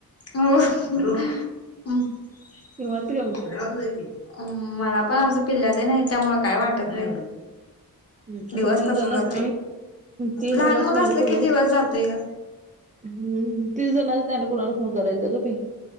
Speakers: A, on the left; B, on the right.
A: हो घरात
B: निवांत गमतय
A: जाय कि. मला पण आता पिल्याती नाहीत त्यामुळे काय वाटत नाही.
B: हम्
A: दिवस
B: आता ती
A: कसा
B: जण
A: जातोय.
B: स् ती
A: लहान
B: जण स्
A: मुलं
B: नाही
A: असलं
B: आणि को
A: की दिवस जातोय ग
B: हम् तिस जणच त्याने कुणाला फोन करायचा ग बाई?